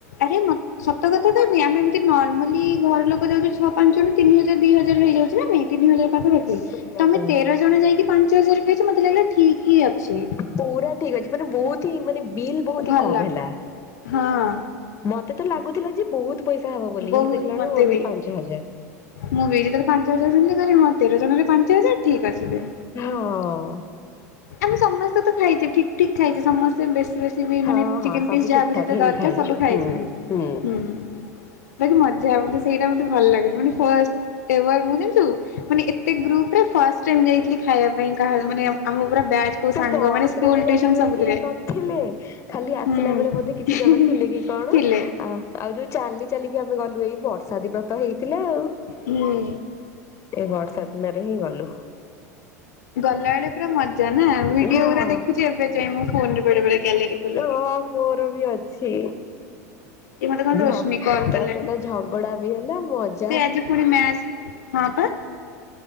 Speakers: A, on the left; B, on the left.
A: ଆରେ ମ ସତ କଥା କହିବି ଆମେ ଏମତି ନର୍ମାଲି ଘର ଲୋକ ଯାଉଚୁ ଛଅ ପାଞ୍ଚ ଜଣ ତିନି ହଜାର ଦି ହଜାର ହେଇଯାଉଚି ନାଁ ନାଇଁ ତିନି ହଜାର ପାଖାପାଖି
B: ସେଇଆ
A: ତମେ
B: ତ
A: ତେର ଜଣ ଯାଇକି ପାଞ୍ଚ ହଜାର ଖାଇଚ ମତେ ଲାଗିଲା ଠିକ୍ ହିଁ ଅଛି।
B: ପୁରା ଠିକ୍ ଅଛି ମାନେ ବୋହୁତ ହିଁ ମାନେ ବିଲ୍ ବୋହୁତି
A: ଭଲ।
B: କମ ହେଲା।
A: ହଁ
B: ମତେ ତ ଲାଗୁଥିଲା ଯେ ବୋହୁତ ପଇସା ହବ ବୋଲି
A: ବହୁତ
B: ହେଲେ ଦେଖିଲା ଅଳୁ
A: ମତେ
B: ଓନ୍ଲି
A: ବି।
B: ପାଞ୍ଚ ହଜାର।
A: ମୁଁ ବି ଯେତଳେ ପାଞ୍ଚ ହଜାର ଶୁଣିଲି କହିଲି ହଁ ତେର ଜଣରେ ପାଞ୍ଚ ହଜାର ଠିକ୍ ଅଛି ଦେ
B: ହଁଅ।
A: ଆମେ ସମସ୍ତେ ତ ଖାଇଛେ ଠିକ ଠିକ ଖାଇଛେ ସମସ୍ତେ ବେଶୀ ବେଶୀ
B: ହଁ
A: ମାନେ ଚିକେନ
B: ହଁ ସବୁ
A: ପିସ୍ ଯାହାକୁ
B: ଠିକ ଠାକ
A: ଯେତେ
B: ହିଁ
A: ଦରକାର
B: ଖାଇଛୁ
A: ସବୁ ଖାଇଛନ୍ତି
B: ହୁଁ
A: ହୁଁ ବାକି ମଜାହେବ ତ ସେଇଟା ମୋତେ ଭଲ ଲାଗୁଛି ମାନେ ଫାଷ୍ଟ ଟେ ୱାଇ ମୁଁ ଜାଣିଛୁ ମାନେ ଏତେ ଗ୍ରୁପ ରେ ଫାଷ୍ଟ ଟାଇମ ଯାଇଥିଲି ଖାଇବା ପାଇଁ କାହା ମାନେ ଆଉ ମୁଁ ପୁରା ବ୍ୟାଚ୍ କୋଉ
B: ସେ
A: ସାଙ୍ଗ
B: ବସରେ
A: ମାନେ ସ୍କୁଲ
B: ବି ଗଲା
A: ଟ୍ୟୁସନ
B: ବେଳେ
A: ସବୁଥିରେ
B: କେହି ନଥିଲେ ଖାଲି ଆସିଲା
A: ହୁଁ
B: ବେଳେ ବୋଧେ କିଛି ଜଣ ଥିଲେ କି କଣ
A: ଥିଲେ
B: ଆ ଆଉ ଯୋଉ ଚାଲି ଚାଲିକି ଆମେ ଗଲୁ ଏଇ ବର୍ଷା ଦିନ ତ ହେଇଥିଲା ଆଉ
A: ହୁଁ
B: ଏ ବର୍ଷା ଦିନରେ ହିଁ ଗଲୁ
A: ଗଲା ବେଳେ ପୁରା ମଜା ନା ଭିଡିଓ
B: ହଁ
A: ଗୁରା ଦେଖୁଛି ଏବେ ଯାଏ ମୁଁ ଫୋନରେ ବେଳେବେଳେ ଗ୍ୟାଲେରୀ ଖୋଲିକି
B: ହଁ ମୋର ବି ଅଛି
A: ଏ ମତେ କଣ
B: ଝ
A: ରୋଶନୀ କଲ୍
B: ତା
A: କଲାଣି
B: ସହିତ ଝ ଝଗଡା ବି ହେଲା ମଜ
A: ସେ ଆଜି ପୁଣି ମ୍ୟାଚ ହଁ ପା